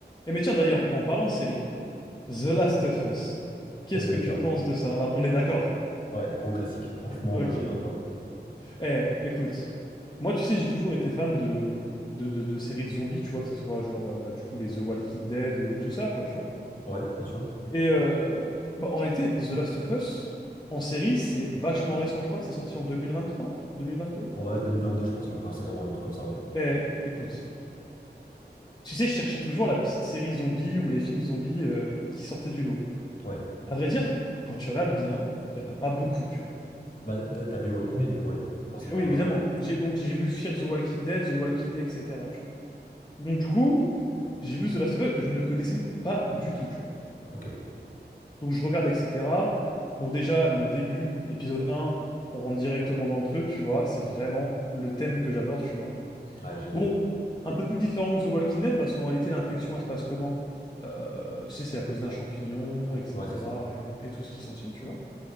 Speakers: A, on the left; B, on the left.
A: Eh mais tiens d'ailleurs, en parlant de série, The Last of Us, qu'est-ce
B: Quel banger.
A: que tu penses de ça? Enfin, on est d'accord.
B: Ouais, gros classique. Franchement,
A: Ok.
B: euh, incroyable.
A: Eh, écoute, moi tu sais, j'ai toujours été fan de, de, de- de séries de zombies, tu vois, que ça soit genre euh, bah, du coup les The Walking Dead, euh, tout ça, quoi, tu vois.
B: Ouais, bien sûr.
A: Et euh, bah, en réalité, The Last of Us, en série, c'est vachement récent. Je crois que c'est sorti en deux deux mille mille vingt trois, vingt deux. mille vingt-deux.
B: Ouais, 2022, je pense, la première saison, ouais, un truc comme ça, ouais.
A: Eh, écoute, tu sais, je cherchais toujours la petite série zombie ou les films zombies euh, qui sortaient du lot.
B: Ouais.
A: À vrai dire, quand tu regardes bien, il n'y en a pas beaucoup, tu vois.
B: Bah, t'as t'as vu Walking Dead, du coup, ouais. Forcément,
A: Et Oui, évidemment.
B: euh,
A: J'ai donc j'ai vu Fear the Walking Dead, The Walking Dead, etc. Tu vois. Donc du coup, j'ai vu The Last of Us, je ne connaissais pas du tout, tu vois.
B: ok.
A: Donc je regarde, etc. Bon, déjà, le début, épisode un. on rentre directement dans le truc, tu vois. C'est vraiment le thème que j'adore, tu vois.
B: Ouais, génial.
A: Bon, un peu plus différent que The Walking Dead, parce qu'en réalité, l'infection, elle se passe comment? Euh, c'est c'est à cause d'un champignon, etc.
B: Ouais, c'est ça.
A: Et, et tout ce qui s'ensuit, tu vois.